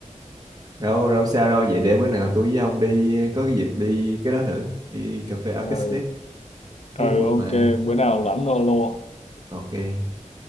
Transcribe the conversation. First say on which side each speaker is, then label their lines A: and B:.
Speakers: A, on the right; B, on the left.
A: đâu đâu sao đâu vậy để bữa nào tôi với ông đi có cái dịp đi cái đó thử đi cà phê Arcade
B: ừ,
A: State
B: ừ
A: thấy vui
B: ok
A: mà
B: bữa nào rảnh alo
A: ok